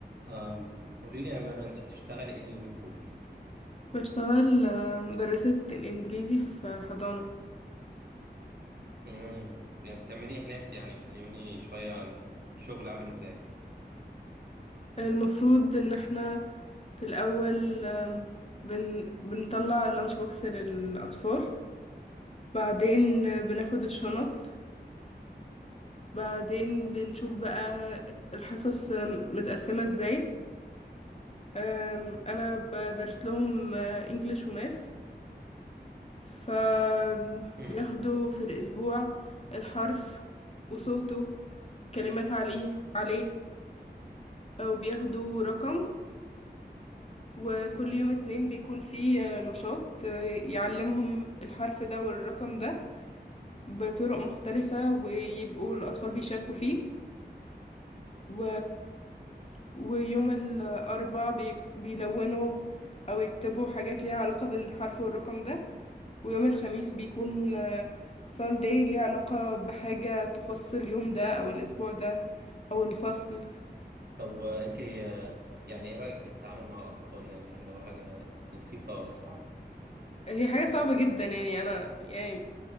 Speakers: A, on the right; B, on the left.
A: أم قولي لي يا مرة انت بتشتغلي ايه اليومين دول
B: بشتغل آه، مدرسة الإنجليزي في حضانة
A: امم يعني بتعملي ايه هناك يعني كلميني شوية عن الشغل عامل ازاي
B: المفروض إن احنا في الأول آم، بن بنطلع اللانش بوكس للأطفال بعدين آه، بناخد الشنط بعدين بنشوف بقى الحصص آم، متقسمة ازاي آم، أنا بدرس لهم آه، انجليش وماس فبياخدوا
A: امم
B: في الأسبوع الحرف وصوته كلمات عليه عليه وبياخدوا رقم وكل يوم اتنين بيكون فيه نشاط آه، يعلمهم الحرف ده والرقم ده بطرق مختلفة ويبقوا الأطفال بيشاركوا فيه و... ويوم الأربعاء بي... بيلونوا أو يكتبوا حاجات ليها علاقة بالحرف والرقم ده ويوم الخميس بيكون فان داي ليها علاقة بحاجة تخص اليوم ده أو الأسبوع ده أو الفصل
A: طب وانت آه، يعني ايه رأيك في التعامل مع الأطفال يعني هل هو حاجة لطيفة ولا صعبة
B: هي حاجة صعبة جدا يعني أنا يعني